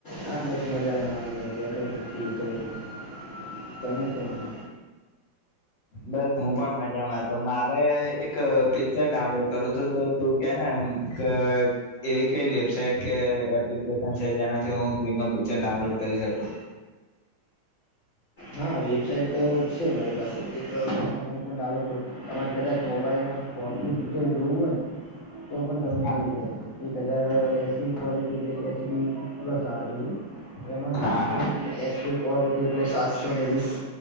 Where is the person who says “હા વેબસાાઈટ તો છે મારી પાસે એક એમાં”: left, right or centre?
Left